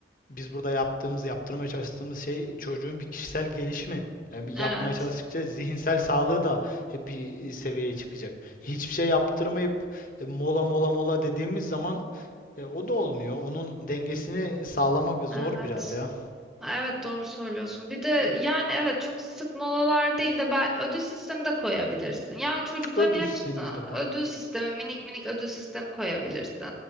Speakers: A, on the left; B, in the centre.
A: biz burada yaptığımız, yaptırmaya çalıştığımız şey çocuğun bir kişisel gelişimi. Yani bir
B: evet,
A: yapmaya çalıştıkça zihinsel sağlığı da bir e, seviyeye çıkacak. Hiçbir şey yaptırmayıp e, mola mola mola dediğimiz zaman e, o da olmuyor. Onun dengesini sağlamak zor
B: evet.
A: biraz ya.
B: Evet doğru söylüyorsun. Bir de yani evet çok sık molalar değil de ben ödül sistemi de koyabilirsin. Yani çocukların
A: Ödül
B: hepsi
A: sistemimiz de var.
B: ödül sistemi, minik minik ödül sistemi koyabilirsin.